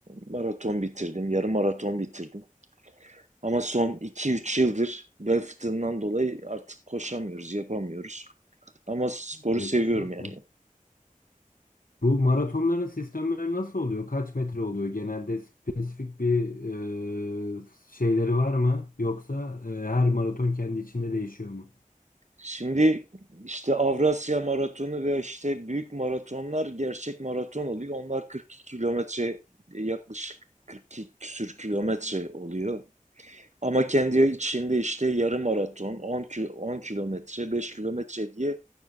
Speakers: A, on the right; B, on the left.
A: Maraton bitirdim, yarım maraton bitirdim. Ama son iki üç yıldır bel fıtığından dolayı artık koşamıyoruz, yapamıyoruz. Ama sporu
B: Geçmiş
A: seviyorum
B: olsun.
A: yani.
B: Bu maratonların sistemleri nasıl oluyor? Kaç metre oluyor? Genelde spesifik bir e, şeyleri var mı? Yoksa e, her maraton kendi içinde değişiyor mu?
A: Şimdi işte Avrasya Maratonu ve işte büyük maratonlar gerçek maraton oluyor. Onlar 42 kilometre e, yaklaşık 42 küsür kilometre oluyor. Ama kendi içinde işte yarım maraton, 10 kilo, 10 kilometre, 5 kilometre diye